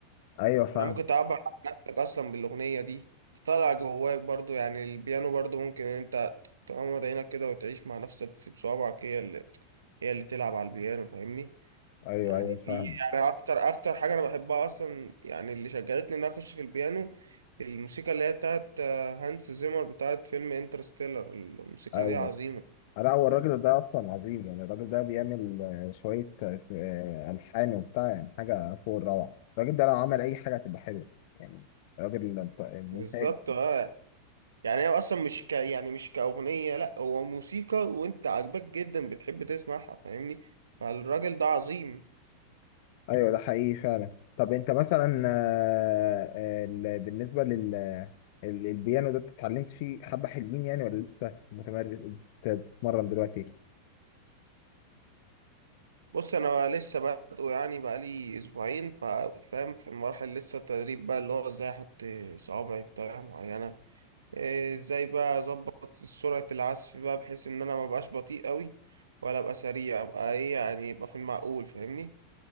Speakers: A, on the left; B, on the right.
A: أيوه فاهم
B: يعني ممكن تعبر عن نفسك اصلا بالاغنية دي تطلع جواك برضو يعني البيانو برضو ممكن ان انت تغمض عينك كده وتعيش مع نفسك تسيب صوابعك هي اللي هي اللي تلعب على البيانو فاهمني
A: أيوه
B: يعني
A: أيوه
B: في
A: فاهم
B: يعني اكتر اكتر حاجه انا بحبها اصلا يعني اللي شجعتني ان أنا اخش في البيانو الموسيقى اللي هي بتاعت آه، هانس زيمر بتاعت فيلم انترستيلر الموسيقى
A: أيوه
B: دي عظيمه
A: لا هو الراجل ده أصلا عظيم يعني الراجل ده بيعمل آه، شوية آه، س- آه، ألحان وبتاع يعني حاجة فوق الروعة الراجل ده لو عمل أي حاجة هتبقى حلوة يعني راجل ممت- ممتاز
B: بالظبط اه يعني هي اصلا مش ك يعني مش كاغنيه لا هو موسيقى وانت عاجباك جدا بتحب تسمعها فاهمني فالراجل ده عظيم
A: أيوه ده حقيقي فعلا طب أنت مثلا آه، آه، ال- بالنسبة لل ال- البيانو ده اتعلمت فيه حبة حلوين يعني ولا لسه متمرس بت- بتتمرن دلوقتي؟
B: بص انا بقى لسه بادئه يعني بقالي اسبوعين فا- فاهم في المراحل لسه التدريب بقى اللي هو ازاي احط صوابعي بطريقه معينه إيه، ازاي بقى اظبط سرعة العزف بقى بحيث ان انا ما بقاش بطيء قوي ولا ابقى سريع ابقى ايه يعني يبقى في المعقول فاهمني